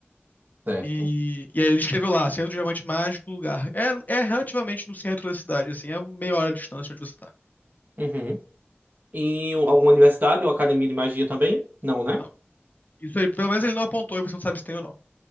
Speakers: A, on the right (about 45°); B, on the left (about 40°).
A: Certo.
B: E, e aí ele escreveu lá, Centro do Diamante Mágico, lugar. É, é relativamente no centro da cidade, assim, é meia hora de distância de onde você tá.
A: Uhum. E o- alguma universidade ou academia de magia também? Não, né?
B: Não. Isso aí, pelo menos ele não apontou e você não sabe se tem ou não.